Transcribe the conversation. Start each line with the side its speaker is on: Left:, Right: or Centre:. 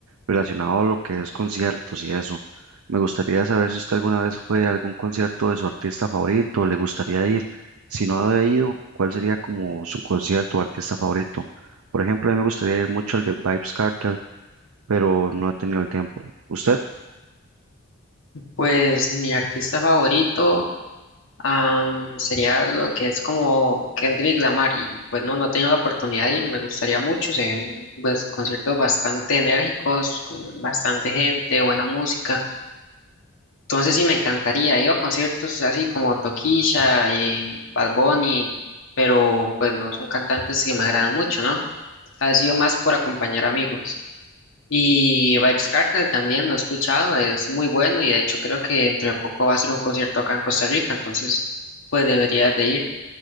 Right: relacionada a lo que es conciertos y eso. Me gustaría saber si usted alguna vez fue a algún concierto de su artista favorito, le gustaría ir. Si no ha ido, ¿cuál sería como su concierto o artista favorito? Por ejemplo, a mí me gustaría ir mucho al de Vybz Kartel, pero no he tenido el tiempo. ¿Usted?
Left: Pues mi artista favorito am, sería lo que es como Kendrick Lamar y pues no, no he tenido la oportunidad de ir, me gustaría mucho, se ven, pues conciertos bastante enérgicos, con bastante gente, buena música. Entonces sí, me encantaría, ir a conciertos así como Tokisha y Bad Bunny, pero pues no son cantantes que me agradan mucho, ¿no? Ha sido más por acompañar amigos. Y Vibes Cartel también lo he escuchado, es muy bueno y de hecho creo que entre poco va a ser un concierto acá en Costa Rica, entonces pues deberías de ir.